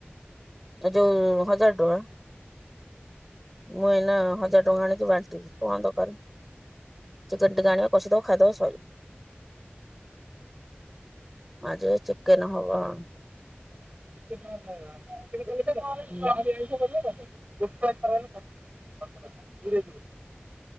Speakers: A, in the centre; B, on the right.
A: ଏ ଯୋଉ ହଜାର ଟଙ୍କା। ମୁଁ ଏଇନା ହଜାର ଟଙ୍କା ଆଣିକି ବାଣ୍ଟିବି କଣ ଦରକାର? ଚିକେନ ଟିକେ ଆଣିବ କସିଦବ ଖାଇଦବ ସଇଲା। ଆଜିପା ଚିକେନ ହବ।
B: <inaudible> ଧୀରେ
A: ହୁଁ
B: ଧୀରେ।